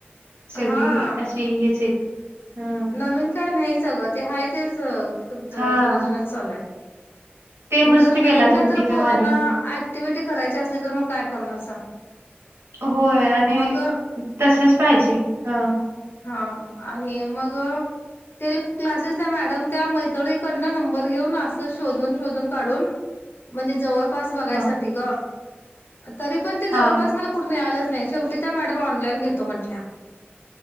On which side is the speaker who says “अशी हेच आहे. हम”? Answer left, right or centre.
Right